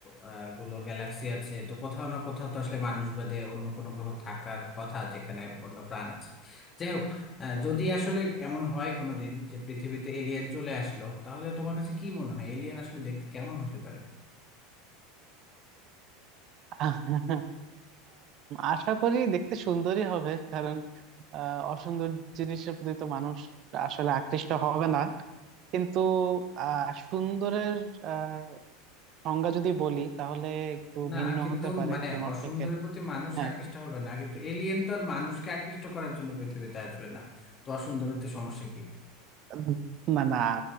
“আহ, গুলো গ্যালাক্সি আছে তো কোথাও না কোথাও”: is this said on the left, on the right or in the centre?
Left